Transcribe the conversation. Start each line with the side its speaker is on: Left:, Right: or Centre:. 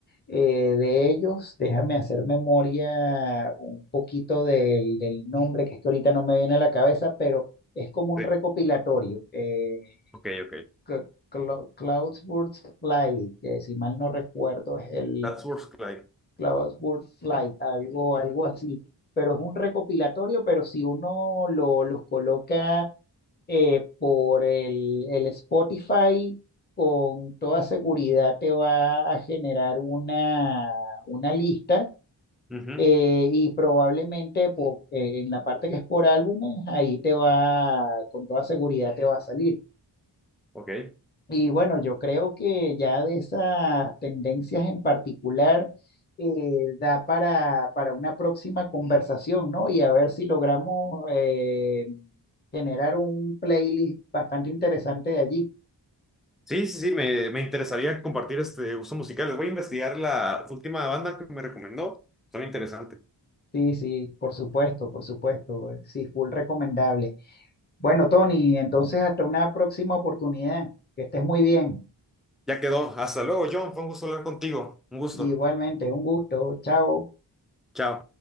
Left: eh, de ellos, déjame hacer memoria un poquito del, del nombre, que es que ahorita no me viene a la cabeza, pero es como un
Centre: Sí,
Left: recopilatorio. Eh,
Centre: Ok, ok.
Left: Cl- Clo- Cloudsburst Flight, que si mal no recuerdo, es el
Centre: That's Worth Clyde.
Left: Cloudsburst Flight, algo, algo así. Pero es un recopilatorio, pero si uno lo, los coloca eh, por el, el Spotify, con toda seguridad te va a generar una, una lista
Centre: Ujú.
Left: eh, y probablemente po- eh, en la parte que es por álbumes, ahí te va, con toda seguridad te va a salir.
Centre: Ok.
Left: Y bueno, yo creo que ya de esas tendencias en particular eh, da para, para una próxima conversación, ¿no? Y a ver si logramos eh, generar un playlist bastante interesante de allí.
Centre: Sí, sí, sí, me, me interesaría compartir este gusto musical. Les voy a investigar la última banda que me recomendó. Son interesantes.
Left: Sí, sí, por supuesto, por supuesto. eh, Sí, full recomendable. Bueno, Tony, entonces hasta una próxima oportunidad. Que estés muy bien.
Centre: Ya quedó. Hasta luego, John. Fue un gusto hablar contigo. Un gusto.
Left: Igualmente, un gusto. Chao.
Centre: Chao.